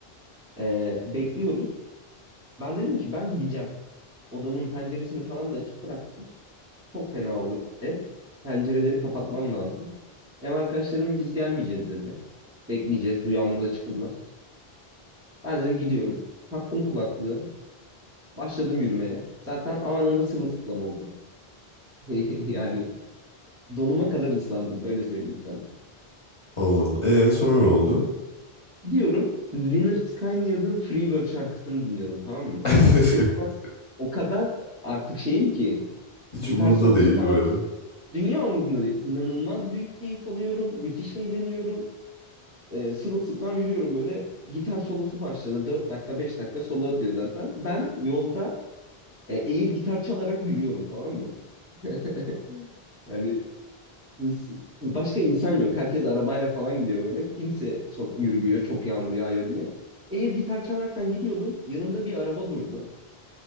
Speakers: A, on the right; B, on the left.
A: E, bekliyoruz. Ben dedim ki ben gideceğim. Odamın penceresini falan da açık bıraktım. Çok fena olur. ev. pencereleri kapatmam lazım. Ev arkadaşlarım biz gelmeyeceğiz dedi. Bekleyeceğiz. Bu yağmurda çıkılmaz. Ben dedim gidiyorum. Taktım kulaklığı. Başladım yürümeye. Zaten anında sırılsıklam oldum. <laughs> Yani donuma kadar ıslandım. Öyle söyleyeyim sana.
B: Allah Allah. E sonra ne oldu?
A: Gidiyorum. Lynyrd Skynyrd'ın Freebird şarkısını dinliyordum tamam mı?
B: <laughs>
A: İnanılmaz. O kadar artık şeyim ki.
B: Hiç
A: Gitar
B: umurunda
A: solosu
B: değil
A: falan
B: böyle.
A: dünya umurumda değil. İnanılmaz büyük keyif alıyorum. Müthiş eğleniyorum. E, sırılsıklam yürüyorum böyle. Gitar solosu başladı. dört dakika 5 dakika solo atıyor zaten. Ben yolda e, air gitar çalarak yürüyorum tamam mı? <laughs> Yani ins- başka insan yok. Herkes arabayla falan gidiyor böyle. Kimse sok yürümüyor çok yağmur yağıyor diye. Air gitar çalarken gidiyordum. Yanımda bir araba durdu.